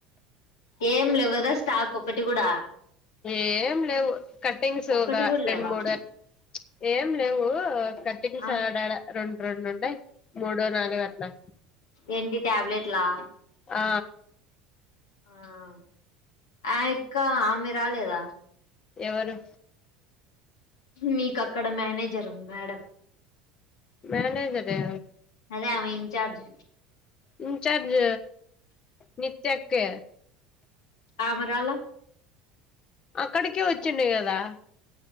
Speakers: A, on the left; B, on the left.
A: ఏం లేవు కదా స్టాక్ ఒకటి కూడా
B: ఏం లేవు కటింగ్స్
A: ఒక్కటి
B: ఒక
A: కూడా
B: రెండు
A: లేవా
B: మూడు చ్ ఏం లేవు కట్టేకి
A: ఆ
B: సడాడా రెన్ రెండు ఉండయ్ మూడో నాలుగో అట్లా
A: ఏంటి ట్యాబ్లెట్లా
B: ఆ
A: ఆమ్ ఆయక్క ఆమె రాలేదా
B: ఎవరు
A: మీకు అక్కడ మేనేజర్ ఉంది మేడం
B: మేలే కదా
A: అదే ఆమె ఇన్చార్జ్
B: ఇన్చార్జ్ నిత్య అక్కే
A: ఆమె రాలా
B: అక్కడకే వచ్చిండ్య కదా